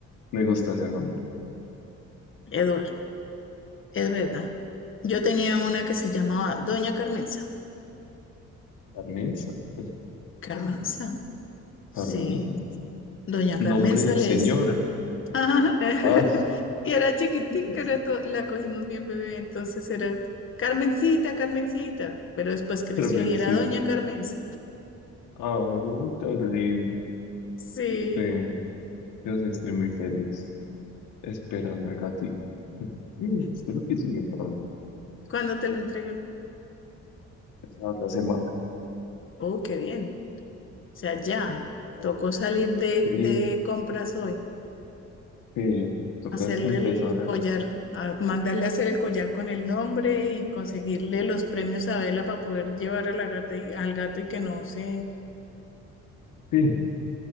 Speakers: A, on the left (about 80°); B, on the left (about 40°).
A: Me gusta ese nombre.
B: Edward, es verdad. Yo tenía una que se llamaba Doña Carmenza.
A: Carmenza.
B: Carmenza,
A: <gasps>
B: sí.
A: Carmen.
B: Doña Carmenza
A: Nombre de
B: le
A: señora.
B: decía. Ajá. <laughs>
A: Ah,
B: Y era chiquitica,
A: <laughs>
B: era to- la cogimos bien bebé, entonces era Carmencita, Carmencita, pero después creció
A: Carmencita.
B: y era Doña Carmenza.
A: Oh, tan lindo.
B: Sí,
A: Sí, yo sí estoy muy feliz esperando al gatito. <laughs> Espero que llegue pronto.
B: ¿cuándo te lo entregan?
A: la otra semana.
B: Oh, qué bien. O sea, ya,
A: No.
B: tocó salir de,
A: Sí,
B: de compras hoy,
A: sí, toca
B: hacerle
A: es empezar.
B: el collar,
A: a-
B: a mandarle a hacer el collar con el nombre y conseguirle los premios a Vela para poder llevar a la gata y, al gato y que no se,
A: Sí,